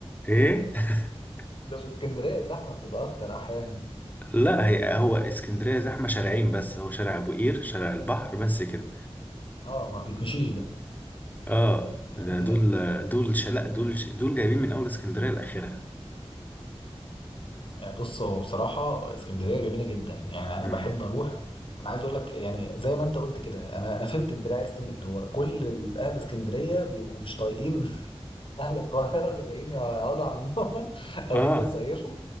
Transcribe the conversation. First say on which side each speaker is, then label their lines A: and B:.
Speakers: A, on the left; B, on the left.
A: إيه؟ <laughs>
B: <laughs> ده في اسكندرية الزحمة بتبقى أكتر أحيانا
A: لا هي هو اسكندرية زحمة شارعين بس هو شارع أبو قير شارع البحر بس كده
B: اه ما بيتمشيش ده
A: آه
B: يعني
A: ده دول دول شلاء دول دول جايبين من أول اسكندرية لآخرها
B: آه، بص هو بصراحة اسكندرية جميلة جدا يعني أنا
A: امم
B: بحب أروح أنا عايز أقول لك يعني زي ما أنت قلت كده أنا أنا فهمت أنت ليه عايز تنقل هو كل ال- أهل اسكندرية بيبقوا مش طايقين <laughs> أهل القاهرة اللي جايين يقعدوا عندهم <laughs> أو
A: آه
B: يجوا يصيفوا